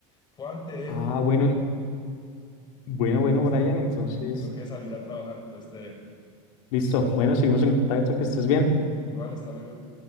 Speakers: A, on the left; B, on the left.
A: Juan, te dejo.
B: Ah, bueno, bueno, bueno,
A: que está,
B: Brian, entonces,
A: tengo que salir a trabajar, entonces te dejo.
B: listo. Bueno, seguimos en contacto, que estés bien.
A: Igual, hasta luego.